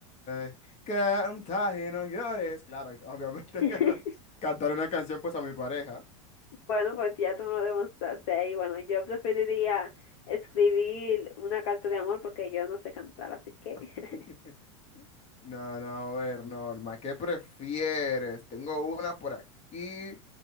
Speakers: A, on the left; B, on the left.
A: ay. Canta y no llores. Claro, obviamente.
B: <laughs>
A: <laughs> Cantar una canción pues a mi pareja.
B: Bueno, pues ya tú me lo demostraste. Y bueno, yo preferiría escribir una carta de amor porque yo no sé cantar, así que...
A: <laughs>
B: <laughs>
A: No, no, a ver, Norma, ¿qué prefieres? Tengo una por aquí.